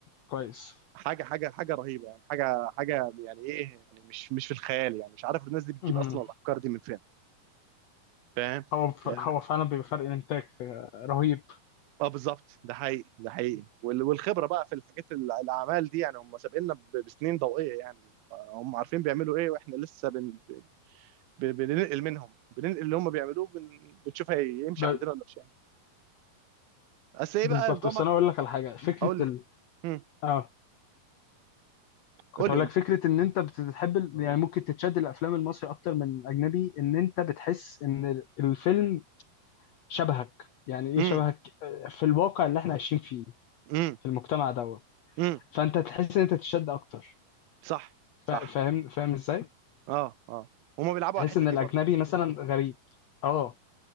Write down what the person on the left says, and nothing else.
كويس
امم
هو ف...
مم. هو فعلا بيبقى فرق الانتاج آه، رهيب
ب...
بالظبط
بس انا اقول لك على حاجه فكره
ال...
اه كنت
اقول
لك
فكره ان انت بتحب ال- يعني ممكن تتشد الافلام المصري اكتر من الاجنبي ان انت بتحس ان الفيلم شبهك يعني ايه
شبهك في الواقع اللي احنا عايشين فيه
في المجتمع دوت
فانت تحس ان انت تتشد اكتر
فا- فاهم فاهم ازاي
تحس
ان
الاجنبي
مثلا غريب اه